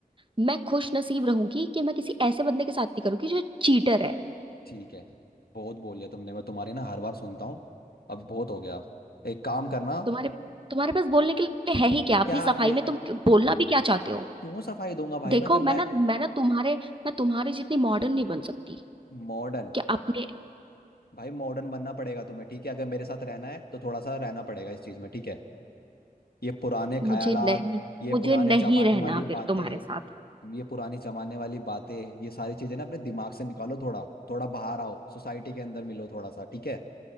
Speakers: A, on the right; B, on the left.
A: मैं खुश नसीब रहूंगी कि मैं किसी ऐसे बंदे के साथ नहीं करूंगी जो चीटर है
B: ठीक है बहुत बोल लिया तुमने मैं तुम्हारी ना हर बार सुनता हूँ अब बहुत हो गया एक काम करना
A: तुम्हारे तुम्हारे पास बोलने के लिए है ही क्या अपनी
B: क्या
A: सफाई
B: मैं
A: में तुम क्यों- बोलना भी क्या चाहते हो
B: क्यों सफाई दूंगा भाई
A: देखो
B: मैं जब
A: मैं
B: मैं
A: ना मैं ना तुम्हारे मैं तुम्हारे जितनी मॉडर्न नहीं बन सकती
B: मॉडर्न
A: कि अपने
B: भाई मॉडर्न बनना पड़ेगा तुम्हें ठीक है अगर मेरे साथ रहना है तो थोड़ा सा रहना पड़ेगा इस चीज में ठीक है ये पुराने ख्यालात
A: मुझे नहीं
B: ये
A: मुझे
B: पुराने
A: नहीं
B: जमाने
A: रहना
B: वाली
A: फिर
B: बातें
A: तुम्हारे साथ
B: ये पुरानी जमाने वाली बातें ये सारी चीजें ना अपने दिमाग से निकालो थोड़ा थोड़ा बाहर आओ सोसाइटी के अंदर मिलो थोड़ा सा ठीक है